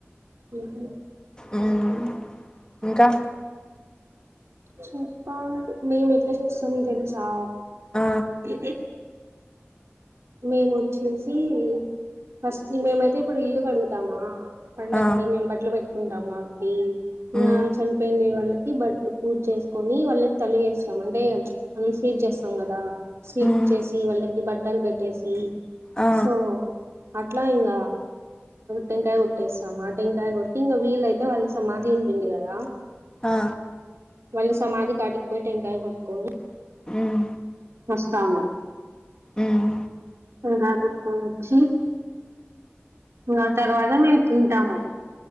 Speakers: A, on the right; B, on the left.
A: ఉహు
B: ఉమ్ ఇంకా
A: చెప్పలి మేము ఎట్లా చేస్తామొ తెలుసా
B: ఆ
A: ఇ మేముొచ్చేసి ఫస్ట్ మేమైతే ఇప్పుడు ఇల్లు కడుగుతామా పండక్కి
B: ఆ
A: మేము బట్టలు పెట్టుకుంటాం కాబట్టి ఇంకా
B: మ్మ్
A: చనిపోయిండ వాళ్ళకి బట్టలు పూజ చేసుకొని వాళ్ళకి తలి వేస్తాం అంటే మనం స్వీట్ చేస్తాం కదా స్వీట్
B: మ్మ్
A: చేసి వాళ్ళ వాళకి బట్టలు పెట్టేసి
B: ఆ
A: సో అట్లా ఇంకా టెంకాయ కొట్టేస్తామా ఆ టెంకాయ కొట్టి ఇంకా వీళ్ళైతే వాళ సమాధి ఉంటుంది కదా
B: ఆ
A: వాళ్ళ సమాధి కాటికి పోయి టెంకాయ కొట్టుకొని
B: మ్మ్
A: వస్తాము
B: మ్మ్
A: గకు కొంచి ఆ తర్వాత మేము తింటాము